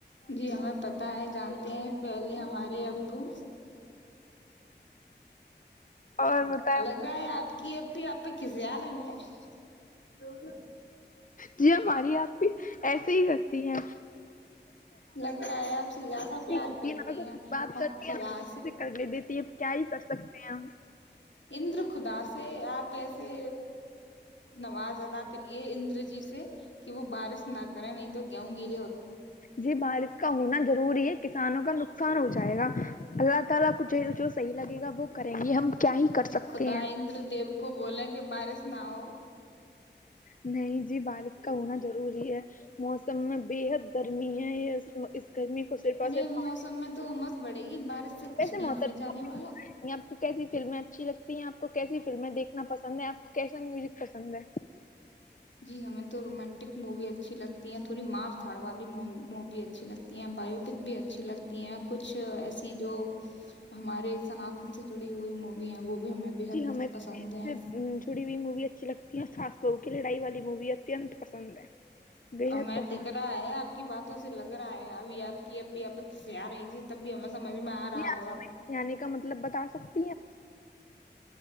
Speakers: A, on the left (about 80°); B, on the left (about 45°).
A: جی ہمیں پ ہے جانتے ہیں پہلے ہمارے ابو
B: اور مط
A: لگ رہا ہے آپ کی اب آپ پہ کسی آ نہیں ہے
B: جی ہماری آپ کی ایسے ہی کرتی ہیں
A: لگ رہا ہے آپ سے زیادہ
B: ایسی
A: پیار
B: ہوتی
A: کرتی
B: ہے ن
A: ہیں
B: بات
A: اور
B: کرتی
A: خدا
B: ہے سے کرنے دیتی ہے کیا ہی کر سکتے ہیں ہم
A: اندر خدا سے آپ ایسے نواز ادا کریے اندر جی سے کہ وہ بارش نہ کریں نہیں تو گوں گی
B: جی بارش کا ہونا ضروری ہے کسی کانوں کا نق نقصان ہو جائے گا اللہ تعالی کچھ جو جو صحیحگے گا وہ کریں گے ہم کیا ہی کر سکتے
A: خدادر
B: ہیں
A: دیو کو بولیں کہ بارش نہ ہو
B: نہیں جی بارش کا ہونا ضروری ہے موسم میں بےحد گرمی ہے یہ گرمی کو صرف اور
A: ارے
B: صرف
A: موسم
B: پانی
A: میں تو امس بڑے گی بارت سے کچھ
B: ویسے
A: نہیں
B: محترم
A: ہونے جانے والا
B: آپ کو کیسی فلمیں اچھی لگتی ہیں آپ کو کیسی فلمیں دیکھنا پسند ہے آپ کو کیسا میوزک پسند ہے
A: جی ہمیں تو رومانٹک مووی اچھی لگتی ہیں تھوڑی مار دھاڑ والی مووی اچھی لگتی ہیں بایو پک بھی اچھی لگتی ہیں کچھ ایسی جو ہمارے سنتن سے جڑی ہوئی موویاں وہ بھی ہمیں بےحد
B: جی ہمیں
A: پسند ہیں
B: جڑی ہوئی مووی اچھی لگتی ہے اور وہ کی لڑائی والی مووی اتنت پسند ہے بےحد
A: میں
B: پسند
A: دکھ رہا ہے آپ کی باتوں سے لگ رہا ہے ابھی آپ کی اب بھی آپ کسسی آ رہی تھی تب بھی ہمیں سمجھ میں آ ا
B: جی
A: ہوا
B: آپ یعنی کا مطلب بتا سکتے